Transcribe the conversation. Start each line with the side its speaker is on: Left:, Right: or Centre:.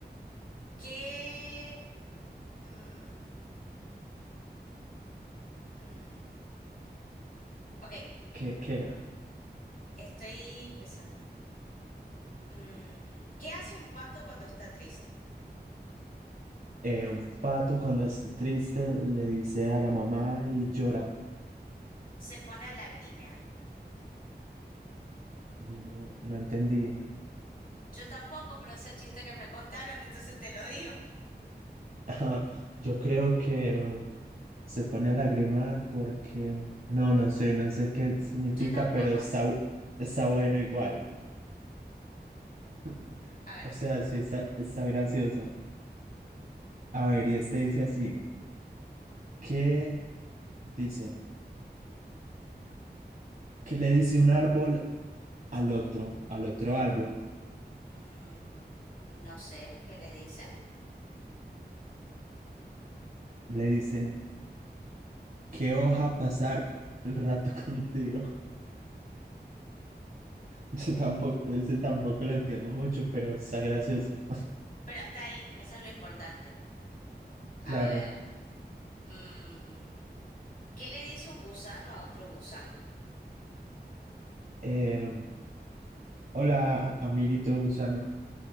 Left: ¿qué? Mm, hmm. Ok,
Right: ¿Qué, qué?
Left: estoy pensando. Mm, ¿qué hace un pato cuando está triste?
Right: Eh, un pato cuando esté triste le dice a la mamá y llora.
Left: Se pone a lagrimear.
Right: Mm, No entendí.
Left: Yo tampoco, pero es el chiste que me contaron, entonces te lo digo.
Right: <laughs> Yo creo que mm, se pone a lagrimar porque, no, no sé, no sé qué significa,
Left: Yo tampoco.
Right: pero está, bu- está bueno igual. <laughs>
Left: A ver,
Right: O sea, sí está, está gracioso. A ver, y este dice así, ¿qué dice? ¿Qué le dice un árbol al otro, al otro árbol?
Left: mm, no sé qué le dice,
Right: Le dice, ¿qué hoja pasar el rato <laughs> contigo? Yo tampoco, ese tampoco lo entiendo mucho, pero está gracioso.
Left: pero está ahí, eso es lo importante. A
Right: Claro.
Left: ver, mm, ¿qué le dice un gusano a otro gusano?
Right: Eh, hola, amiguito gusano.